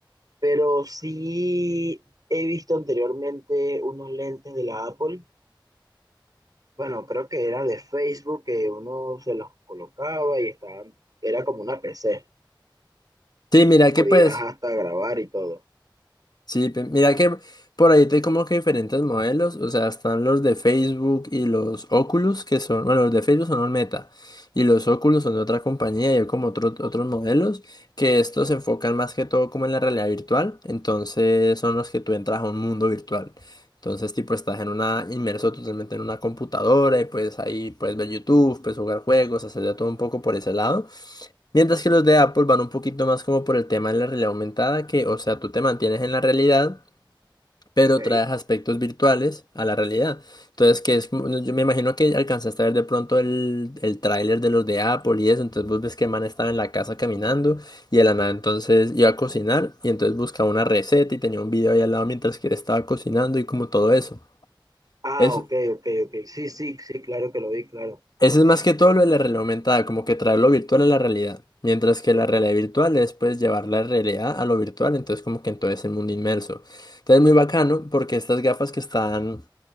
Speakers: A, on the right (about 50°); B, on the left (about 55°).
A: pero sí he visto anteriormente unos lentes de la Apple. Bueno, creo que era de Facebook que uno se los colocaba y estaban, era como una PC.
B: Sí, mira
A: que podías
B: que pues...
A: hasta grabar y todo.
B: Sí, pe- mira que por ahí te como que diferentes modelos, o sea, están los de Facebook y los Oculus, que son, bueno, los de Facebook son los Meta, y los Oculus son de otra compañía y hay como otros otros modelos, que estos se enfocan más que todo como en la realidad virtual, entonces son los que tú entras a un mundo virtual. Entonces, tipo, estás en una, inmerso totalmente en una computadora y pues ahí puedes ver YouTube, puedes jugar juegos, hacer de todo un poco por ese lado. Mientras que los de Apple van un poquito más como por el tema de la realidad aumentada, que, o sea, tú te mantienes en la realidad, pero
A: Ok.
B: traes aspectos virtuales a la realidad. Entonces, que es, como- yo me imagino que alcanzaste a ver de pronto el, el tráiler de los de Apple y eso, entonces vos ves que el man estaba en la casa caminando y el man entonces iba a cocinar y entonces buscaba una receta y tenía un video ahí al lado mientras que él estaba cocinando y como todo eso.
A: Ah,
B: Es,
A: ok, ok, ok. Sí, sí, sí, claro que lo vi, claro.
B: Ese es más que todo lo de la realidad aumentada, como que traer lo virtual a la realidad. Mientras que la realidad virtual es pues llevar la realidad a lo virtual, entonces como que en todo ese mundo inmerso. Entonces muy bacano porque estas gafas que están